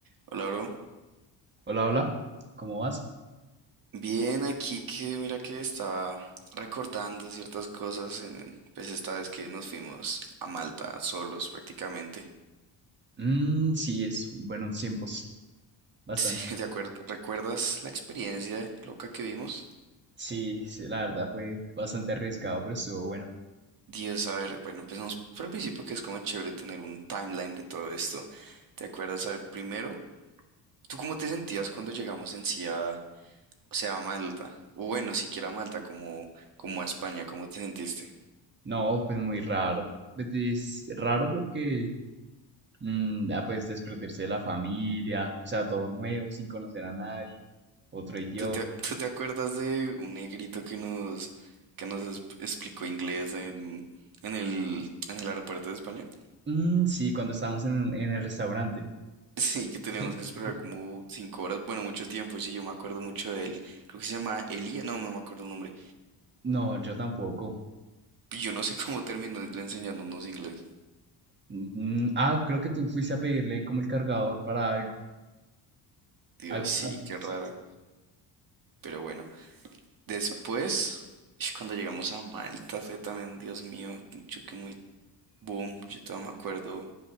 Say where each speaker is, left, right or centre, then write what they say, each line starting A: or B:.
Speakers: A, on the right; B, on the right.
A: Hola, bro.
B: Hola, hola, ¿cómo vas?
A: Bien, aquí que mira que estaba recordando ciertas cosas en, pues esta vez que nos fuimos a Malta solos prácticamente.
B: Mm, sí, es buenos tiempos, bastante
A: Sí, <laughs>
B: chévere.
A: de acuerdo. ¿Recuerdas la experiencia loca que vimos?
B: Sí, sí, la verdad fue bastante arriesgado, pero estuvo bueno.
A: Dios, a ver, bueno, empezamos por el principio que es como chévere tener un timeline de todo esto. ¿Te acuerdas? A ver, primero, ¿tú cómo te sentías cuando llegamos en sí a, o sea, a Malta? O bueno, siquiera a Malta, como, como a España, ¿cómo te sentiste?
B: No, pues muy raro. Pues es raro porque, mm, ah, pues desprenderse de la familia, o sea, todo nuevo, sin conocer a nadie, otro idioma.
A: ¿Tú te, tú te acuerdas de un negrito que nos, que nos es- explicó inglés en, en el, en el aeropuerto de España? <laughs>
B: Mm, sí, cuando estábamos en, en el restaurante.
A: Sí, que teníamos
B: <laughs>
A: que esperar como cinco horas, bueno, mucho tiempo, sí, yo me acuerdo mucho de él. Creo que se llama Elia, no, no me acuerdo el nombre.
B: No, yo tampoco.
A: Y Yo no sé <laughs> cómo terminó enseñándonos inglés.
B: Mm, ah, creo que tú fuiste a pedirle como el cargador para algo.
A: Dios,
B: Algo
A: sí,
B: pasó,
A: qué
B: sí,
A: raro.
B: sí.
A: Pero bueno, después, y cuando llegamos a Malta, fue también, Dios mío, un choque muy boom, yo todavía me acuerdo